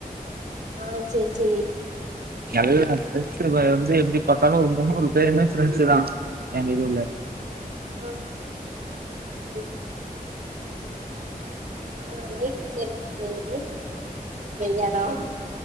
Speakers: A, on the right (about 55°); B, on the right (about 85°).
A: ஆ சேரி சேரி
B: எல்லா ஃப்ரெண்ட்ஸ் அ வந்து எப்டி பாத்தாலு ஒரு முன்னூறு பேருமே ஃப்ரெண்ட்ஸு தா எங்க இதுல
A: ஆ ஆ ஆ ஆ நைட்டு விஜ என்ன பேரு வெளையாடலாம்